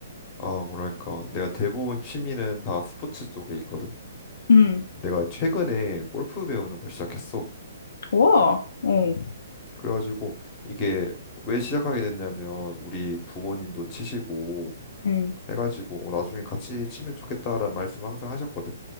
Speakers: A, on the left; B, on the left.
A: 아 뭐랄까 내가 대부분 취미는 다 스포츠 쪽에 있거든.
B: 음.
A: 내가 최근에 골프 배우는 걸 시작했어.
B: 와, 어,
A: 음. 그래가지고 이게 왜 시작하게 됐냐면 우리 부모님도 치시고
B: 음,
A: 해가지고 어, 나중에 같이 치면 좋겠다라는 말씀을 항상 하셨거든.